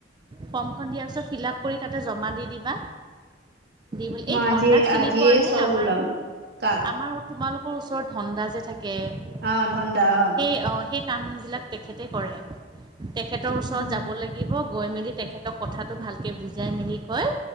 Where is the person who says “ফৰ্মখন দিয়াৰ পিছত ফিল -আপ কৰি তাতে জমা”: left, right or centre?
Right